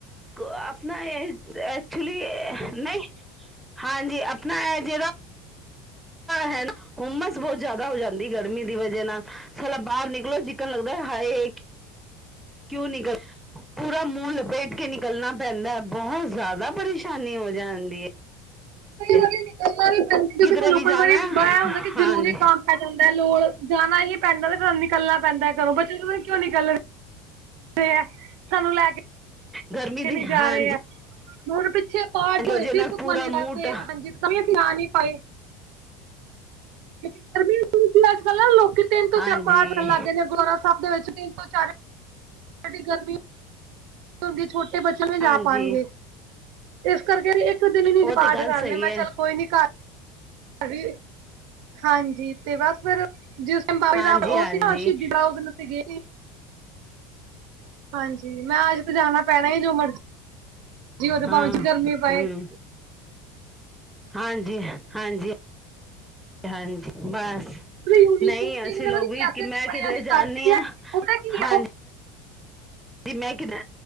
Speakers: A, in the centre; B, on the right.
A: ਆਪਣਾ ਐਕਚੁਲੀ ਨਹੀਂ ਹਾਂਜੀ ਆਪਣਾ ਜਿਹੜਾ ਹੈ ਹੁੰਮਸ ਬਹੁਤ ਜ਼ਿਆਦਾ ਹੋ ਜਾਂਦੀ ਗਰਮੀ ਦੀ ਵਜ੍ਹਾ ਨਾਲ ਸਾਲਾ ਬਾਹਰ ਨਿਕਲੋ ਚਕਨ ਲੱਗਦਾ ਹਾਏ ਕਿਉਂ ਨਿਗਲ ਪੂਰਾ ਮੂੰਹ ਲ ਬੈਠ ਕੇ ਨਿਕਲਣਾ ਪੈਂਦਾ ਬਹੁਤ ਜ਼ਿਆਦਾ ਪਰੇਸ਼ਾਨੀ ਹੋ ਜਾਂਦੀ ਹੈ
B: ਕਈ ਵਾਰੀ ਨਿਕਲਣਾ ਵੀ ਪੈਂਦਾ ਕਿਉਂਕਿ
A: ਕਿਧਰੇ
B: ਸਾਨੂੰ
A: ਵੀ
B: ਕੋਈ
A: ਜਾਣਾ
B: ਵਾਰੀ ਇਹ ਹੁੰਦਾ ਕਿ
A: ਹਾਂਜੀ
B: ਜ਼ਰੂਰੀ ਕੰਮ ਪੈ ਜਾਂਦਾ ਲੋੜ ਜਾਣਾ ਹੀ ਪੈਂਦਾ ਤੇ ਫਿਰ ਨਿਕਲਣਾ ਪੈਂਦਾ ਘਰੋਂ, ਬੱਚੇ ਪਤਾ ਨਹੀਂ ਕਿਉਂ ਨਿਕਲ ਰਹੇ ਸਾਨੂੰ ਲੈ ਕੇ।
A: ਗਰਮੀ ਦੀ
B: ਨੀ ਜਾ
A: ਹਾਂਜੀ
B: ਰਹੇ ਏ। ਹੁਣ ਪਿੱਛੇ ਪਾਠ
A: ਵਜ੍ਹਾ
B: ਹੋਏ ਸੀ
A: ਨਾਲ
B: ਸੁਖਮਨੀ
A: ਪੂਰਾ ਮੂਡ
B: ਸਾਹਬ ਦੇ, ਹਾਂਜੀ, ਤੇ ਤਾਂ ਵੀ ਅਸੀਂ ਆ ਨੀ ਪਾਏ । ਕਿਉਂਕੀ ਗਰਮੀ। ਕਲ ਨਾ ਲੋਕੀ ਤਿੰਨ ਤੋਂ
A: ਹਾਂਜੀ
B: ਚਾਰ ਪਾਠ ਕਰਨ ਲਗ ਗੇ ਨੇ ਗੋਆਰਾ ਸਾਹਿਬ ਦੇ ਵਿੱਚ। ਤਿੰਨ- ਤੋਂ ਚਾਰ, ਐਡੀ ਗਰਮੀ ਕਿਦੀ ਛੋਟੀ <unintelligible> ਇਹ ਬੱਚਾ ਨੀ ਜਾ
A: ਹਾਂਜੀ
B: ਪਾਣਗੇ, ਇਸ ਕਰਕੇ ਇੱਕ ਦਿਨ ਹੀ ਨੀ
A: ਉਹ
B: ਪਾਠ
A: ਤੇ ਗੱਲ
B: ਕਰ
A: ਸਹੀ
B: ਲਿਆ ਮੈਂ
A: ਹੈ
B: ਚੱਲ ਕੋਈ ਨੀ ਘਰ ਹਾਂਜੀ-ਹਾਂਜੀ । ਤੇ ਬਸ ਫਿਰ ਜਿਸ ਦਿਨ ਬਾਬਾ ਜੀ
A: ਹਾਂਜੀ
B: ਦਾ ਉਹ
A: ਹਾਂਜੀ
B: ਸੀ ਨਾ ਸ਼ਹੀਦੀ ਦਾ ਉਸ ਦਿਨ ਅਸੀਂ ਗਏ ਸੀ। ਹਾਂਜੀ। ਮੈਂ ਅੱਜ ਤੇ ਜਾਣਾ ਪੈਣਾ ਐ ਜੋ ਮਰਜ਼ੀ ਹੋਜੇ
A: ਹਾਂ,
B: ਭਾਵੇਂ ਗਰਮੀ ਪਏ।
A: ਹੂੰ ਹਾਂਜੀ-ਹਾਂਜੀ, ਹਾਂਜੀ ਬਸ।
B: ਯੂਨੀਫਾਰਮ
A: ਨਹੀਂ,
B: ਤੇ
A: ਅਸੀਂ
B: ਪਤਾ
A: ਲੋਕ
B: ਨੀ
A: ਵੀ
B: ਕੈਸੇ
A: ਕਿ ਮੈਂ
B: ਕੱਪੜਿਆਂ
A: ਕਿਧਰੇ
B: ਦੀ
A: ਜਾਂਨੀ
B: ਕਰਤੀ
A: ਹਾਂ,
B: ਹੈ। ਪਤਾ ਕੀ ਹੈ
A: ਹਾਂਜੀ।
B: ਉਹ
A: ਜੀ । ਮੈਂ ਕਿਧਰ